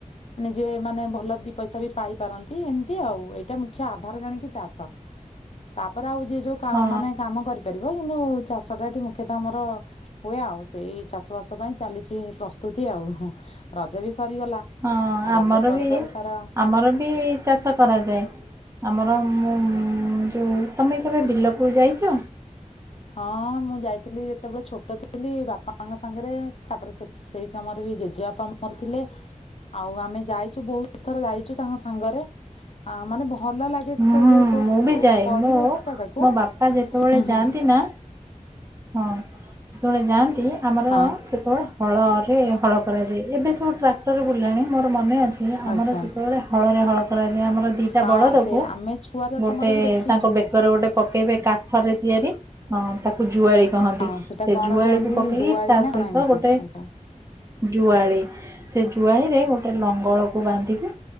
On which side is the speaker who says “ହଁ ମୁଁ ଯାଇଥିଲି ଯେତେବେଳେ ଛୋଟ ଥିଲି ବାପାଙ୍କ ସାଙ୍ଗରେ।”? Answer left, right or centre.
Left